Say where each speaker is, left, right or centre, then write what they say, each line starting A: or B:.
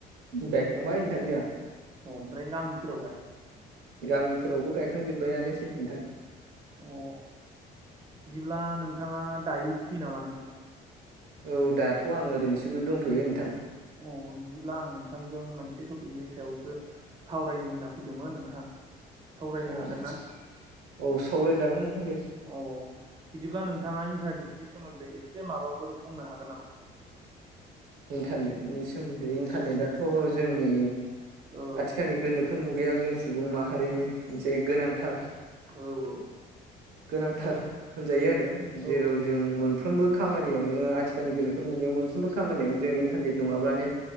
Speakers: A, on the right; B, on the right.
A: गायखांबाय नोंथां जोहा
B: अ ओमफ्राय गामिफोरावलाय
A: गामिफोरावबो गायखांजोब्बायानोसै नोंथां
B: अ बिदिब्ला नोंथाङा दायो फ्रि नामा नोंथां
A: औ दाथ' आं ओरैनोसोबो दंथ'यो नोंथां
B: अ बिदिब्ला आं नोंथांजों मोनसे टपिकनि सायाव सावरायनो होनना फैदोंमोन नोंथां सावरायनो
A: अ
B: हागोन
A: आतसा
B: ना
A: औ सावरायजागोन नोंथां दे
B: अ बिदिब्ला नोंथाङा इन्टारनेटनि सोमोन्दै एसे माबाफोर बुंनो हागोन नामा
A: इन्टारनेटनि सोमोन्दै इन्टारनेटआथ' जोंनि
B: औ
A: आथिखालनि गोनोखो खो मुगायाव जों सुबुं माहारिनि मोनसे गोनांथार
B: औ औ
A: गोनांथार होनजायो आरो
B: औ नंगौ
A: जेराव
B: नंगौ
A: जों
B: नोंथां
A: मोनफ्रोमबो खामानियावनो आथिखालनि गोनोखो मुगायाव मोनफ्रोमबो खामानियावनो जों इन्टारनेट नङाब्लानो